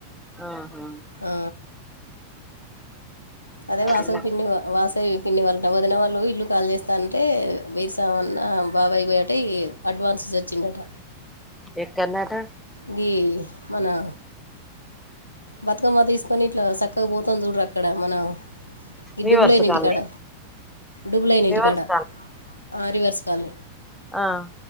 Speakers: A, in the centre; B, on the left.
A: ఆహా.
B: ఆ, అదే వాసవి
A: తిన్నారా
B: పిన్ని వా వాసవి పిన్ని వాళ్ళు. అంట వదిన వాళ్ళు ఇల్లు ఖాళీ చేస్తాంటే వేరుసమన్న బాబాయ్ పోయటవి అడ్వాన్స్స్ ఇచ్చిండు. గట.
A: ఎక్కడనంట.
B: గీ మన. బతుకమ్మ తీసుకొని ఇట్లా చక్కగా పోతం చూడు అక్కడ మనం. ఈ
A: వీవర్స్
B: డుబ్బులయిన ఇంటికాడ
A: కాలనీ
B: డుబ్బులయిన
A: వీవర్స్
B: ఇంటికాడ. ఆహ్ రివర్స్ కాలనీ.
A: ఆహ్.